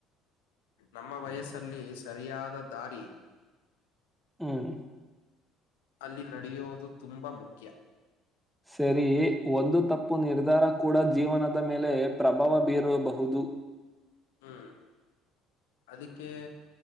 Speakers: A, on the left; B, in the centre.
A: ನಮ್ಮ ವಯಸ್ಸಲ್ಲಿ ಸರಿಯಾದ ದಾರಿ
B: ಹ್ಮ್
A: ಅಲ್ಲಿ ನಡೆಯುವುದು ತುಂಬಾ ಮುಖ್ಯ
B: ಸರಿ ಒಂದು ತಪ್ಪು ನಿರ್ಧಾರ ಕೂಡ ಜೀವನದ ಆದ ಮೇಲೆ ಪ್ರಭಾವ ಬೀರಬಹುದು
A: ಹ್ಮ್ ಅದಕ್ಕೆ